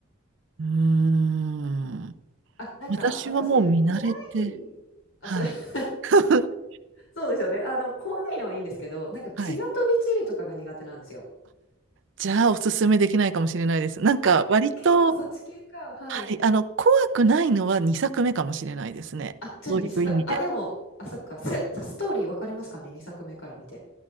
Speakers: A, on the right; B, on the left.
A: うーん。
B: あ、なんか私怖
A: 私はもう見慣れて、
B: い。あ、
A: はい。
B: そう、<laughs>
A: <laughs>
B: そうですよね。あの、怖いのはいいんですけど、なんか血が飛び散るとかが苦手なんですよ。
A: はい。じゃあ、おすすめできないかもしれないです。なんか、
B: あ、
A: 割と、
B: 結構そっち系か。はい。
A: はい、あの、怖くないのは2作目かもしれないですね。
B: あ、じゃあにさあ、
A: そういう意味で。
B: でも、あ、そっか、せストーリーわかりますかね？2作目から見て。